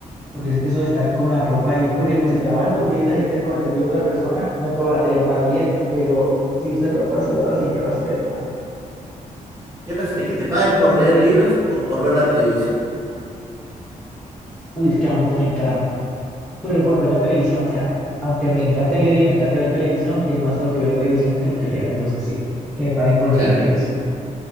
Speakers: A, in the centre; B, on the right (about 25°).
A: Porque es que eso de estar con la ropa ahí, por ejemplo, si te lavas los dientes ahí se- con el cepillo de otra persona, nunca vas a tener mal aliento, pero si usas ropa sudada siempre vas a ver mal.
B: ¿Qué preferís, que te paguen por leer libros o por ver la televisión?
A: Uy, es que ambos me encantan. Pero por ver la televisión, o sea, aunque me encante leer y me encante ver televisión, es más lo que veo televisión que lo que leo. Entonces sí, que me paguen por ver
B: Claro,
A: televisión.